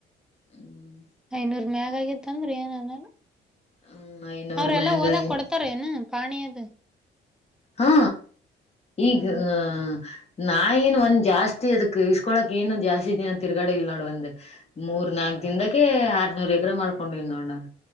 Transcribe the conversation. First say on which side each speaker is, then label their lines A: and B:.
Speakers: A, on the left; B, in the centre.
A: ಹ್ಮ್
B: ಐನೂರ್ ಮ್ಯಾಗ ಆಗಿತ್ತ ಅಂದ್ರರು ಏನನಾರ
A: ಹ್ಮ್ ಐನೂರ್
B: ಅವ್ರೆಲ್ಲಾ
A: ಮ್ಯಾಗ
B: ಓದಕ್ ಕೊಡ್ತಾರ ಏನು ಪಾಣಿಯದ
A: ಹಾ
B: ಹ್ಮ್
A: ಈಗ
B: ಹ್ಮ್
A: ಆ ನಾ ಏನ್ ಒಂದ್ ಜಾಸ್ತಿ ಅದಕ್ ಇಸ್ಕೊಳಕ್ ಏನು ಜಾಸ್ತಿ ಇದ ತಿರುಗಡೆ ಇಲ್ ನೋಡ್ ಒಂದ್ ಮೂರ್ ನಾಕ ದದಾಗೆ ಆರ್ನೂರ್ ಎಕರಾ ಮಾಡ್ಕೊಂಡಿದಿ ನೋಡ್ ನಾನು